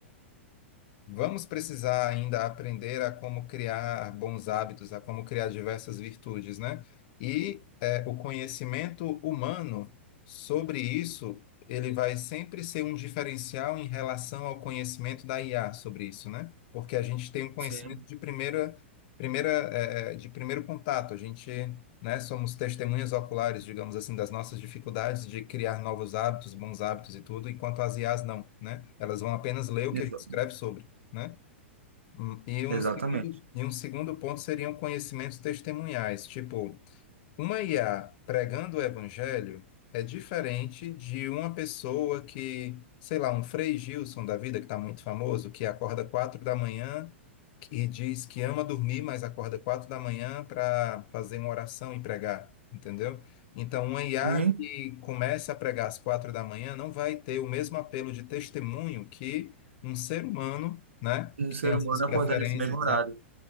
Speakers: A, on the left; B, on the right.
A: Vamos precisar ainda aprender a como criar bons hábitos, a como criar diversas virtudes, né? E eh, o conhecimento humano sobre isso, ele vai sempre ser um diferencial em relação ao conhecimento da IA sobre isso, né? Porque a gente tem um conhecimento
B: sim,
A: de primeira, primeira, eh, eh, de primeiro contato. A gente, né, somos testemunhas oculares, digamos assim, das nossas dificuldades de criar novos hábitos, bons hábitos e tudo, enquanto as IAs não, né? Elas vão apenas ler o
B: exa-
A: que a gente escreve sobre né? Hum, E um
B: exatamente.
A: segundo, e um segundo ponto seriam conhecimentos testemunhais, tipo, uma IA pregando o evangelho é diferente de uma pessoa que, sei lá, um Frei Gilson da vida, que está muito famoso, que acorda quatro da manhã e diz que ama dormir, mas acorda quatro da manhã para fazer uma oração e pregar, entendeu? Então, uma IA
B: E
A: que comece a pregar às quatro da manhã não vai ter o mesmo apelo de testemunho que um ser humano, né,
B: um
A: que
B: ser
A: tem as
B: humano
A: suas preferências,
B: acordar nesse mesmo horário.